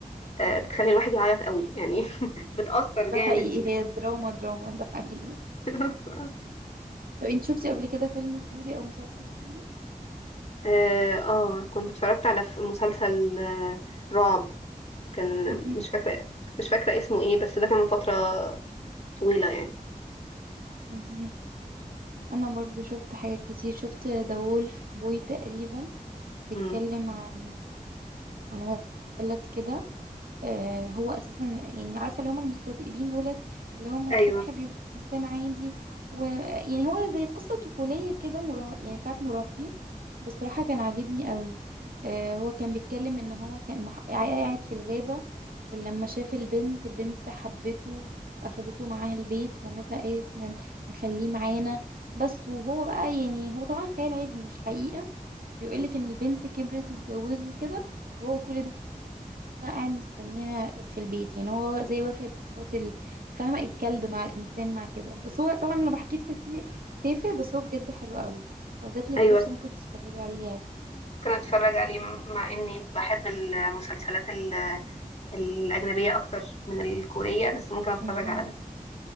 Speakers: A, on the left (about 45°); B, on the right (about 80°).
A: آه، بتخلي الواحد يعيط قوي يعني <laughs> بتأثر جامد
B: ده حقيقي هي دراما دراما ده حقيقي
A: <laughs>
B: طب انت شفتي قبل كده فيلم كوري او مسلسل كوري؟
A: اه آه، كنت اتفرجت على ف- مسلسل آه، رعب كان
B: مهم.
A: مش فاكرة مش فاكرة اسمه ايه بس ده كان من فترة طويلة يعني
B: مهم. انا برضو شفت حاجات كتير شفت ذا وولف بوي تقريبا بيتكلم
A: مم.
B: عن عن ولد كده آه، هو اساسا يعني عارفه اللي هم المستذئبين دولت اللي هم الصبح
A: ايوه
B: بيبقى انسان عادي ويعني هو زي قصه طفوليه كده مراه يعني بتاعت مراهقين بصراحه كان عاجبني قوي آه، هو كان بيتكلم ان هو كان مح... قاعد في الغابه ولما شاف البنت البنت حبته اخدته معاها البيت ومامتها قالت ن- نخليه معانا بس وهو بقى يعني هو طبعا خيال علمي مش حقيقه بيقولك ان البنت كبرت واتجوزت وكده وهو كل ده قاعد مستنيها في البيت يعني هو زي واخد صفات ال- فاهمة الكلب مع الإنسان مع كده بس هو طبعا لو بحكيه تحسيه تافه بس هو بجد حلو قوي لو جاتلك
A: ايوه
B: فرصة ممكن تتفرجي عليه يعني
A: ممكن اتفرج عليه مع اني بحب المسلسلات ال- الأجنبية اكتر من الكورية بس ممكن اتفرج
B: مهم.
A: على ده